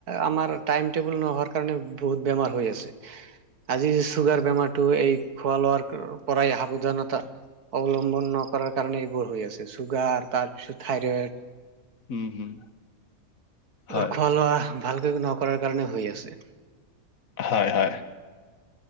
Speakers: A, on the right; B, on the left.
A: আমাৰ টাইম টেবুল নহোৱাৰ কাৰণে বহুত বেমাৰ হৈ আছে আজি চুগাৰ বেমাৰটো এই খোৱা লোৱাৰ পৰাই সাৱধানতা অৱলম্বন নকৰাৰ কাৰণে এইবোৰ হৈ আছে চুগাৰ তাৰপিছত থাইৰইড
B: উম, হম। হয়
A: আৰু খোৱা লোৱা ভালকৈ নকৰাৰ কাৰণে হৈ আছে।
B: হয়, হয়।